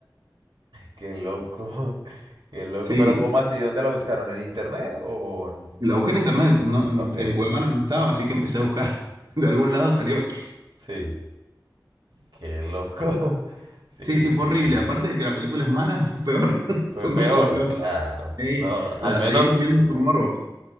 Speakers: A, on the right (about 85°); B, on the right (about 60°).
A: Qué loco, <laughs> qué loco.
B: Sí,
A: Pero ¿cómo así? ¿Dónde la buscaron? ¿En internet o...? en-
B: la busqué en internet, no, en
A: Ok,
B: Cuevana no estaba, así que empecé a buscar. <laughs> De algún lado salió.
A: sí, qué loco. <laughs> Sí,
B: Sí, sí,
A: sí,
B: fue horrible.
A: qué loco.
B: Aparte de que la película es mala, fue peor. <laughs>
A: Fue
B: Fue
A: peor,
B: mucho peor.
A: claro.
B: Sí,
A: No, al
B: la
A: menos,
B: seguimos viendo por morbo.